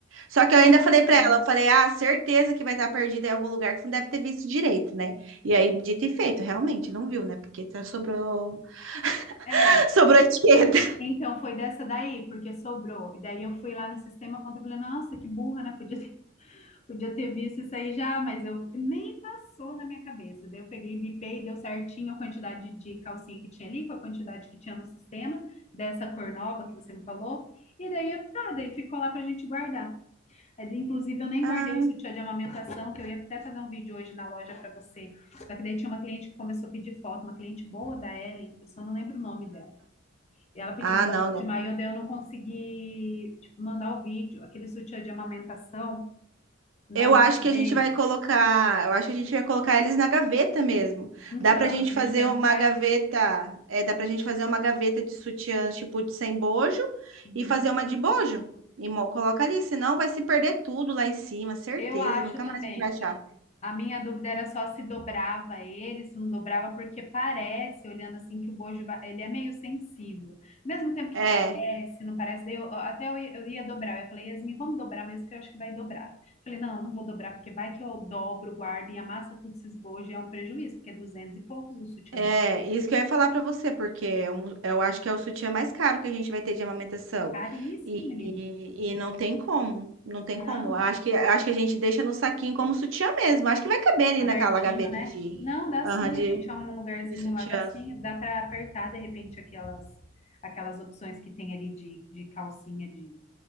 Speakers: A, on the right; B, on the left.
A: Só
B: Ah,
A: que eu ainda falei pra
B: tá.
A: ela, eu falei, ah, certeza que vai estar perdida em algum lugar que você não deve ter visto direito, né? E aí, dito e feito, realmente, não viu, né? Porque tá- sobrou,
B: É.
A: <laughs> sobrou etiqueta.
B: Então foi dessa daí, porque sobrou. E daí eu fui lá no sistema conta e falei, nossa, que burra, né? Podia ter, <laughs> podia ter visto isso aí já, mas eu nem passou na minha cabeça. Daí eu peguei e bipei, deu certinho a quantidade de calcinha que tinha ali, com a quantidade que tinha no sistema, dessa cor nova que você me falou. E daí, tá, daí ficou lá pra gente guardar. Mas, Inclusive, eu nem
A: Ah,
B: guardei o sutiã de amamentação, que eu ia até fazer um vídeo hoje na loja para você. Só que daí tinha uma cliente que começou a pedir foto, uma cliente boa da Ellen, eu só não lembro o nome dela. E ela pediu
A: ah,
B: foto
A: não, não.
B: de maiô, daí eu não consegui, tipo, mandar o vídeo, aquele sutiã de amamentação novo
A: Eu acho
B: que
A: que
B: veio.
A: a gente vai colocar, eu acho que a gente vai colocar eles na gaveta mesmo.
B: Então,
A: Dá pra gente
B: eu queria
A: fazer
B: te perguntar
A: uma gaveta,
B: isso.
A: é, dá pra gente fazer uma gaveta de sutiãs, tipo, de sem bojo,
B: Uhum.
A: e fazer uma de bojo. E mo- coloca ali, senão vai se perder tudo lá em cima, certeza,
B: Eu acho
A: nunca
B: também,
A: mais a gente vai achar.
B: A minha dúvida era só se dobrava ele, se não dobrava, porque parece, olhando assim, que o bojo, va- ele é meio sensível. Ao mesmo tempo que
A: É.
B: parece, não parece, daí eu- ó, até eu ia, eu ia dobrar. Eu falei, Yasmin, vamos dobrar mesmo, que eu acho que vai dobrar. Falei, não, eu não vou dobrar, porque vai que eu dobro, guardo e amassa tudo esses bojos, e é um prejuízo, porque é 200 e poucos, o sutiã
A: É,
B: daqui é
A: isso que eu ia falar pra você, porque é um- eu acho que é o sutiã mais caro que a gente vai ter de amamentação.
B: caríssimo,
A: E,
B: menino.
A: e, e não tem como, não tem
B: Não.
A: como. Eu Acho que, acho que a gente deixa no saquinho como sutiã mesmo. Acho que vai caber ali
B: Abertinho,
A: naquela gaveta
B: né?
A: de,
B: Não, dá
A: aham,
B: sim,
A: de,
B: a gente arruma um lugarzinho
A: de sutiã.
B: lá, dá sim. Dá para apertar, de repente, aquelas aquelas opções que tem ali de, de calcinha de...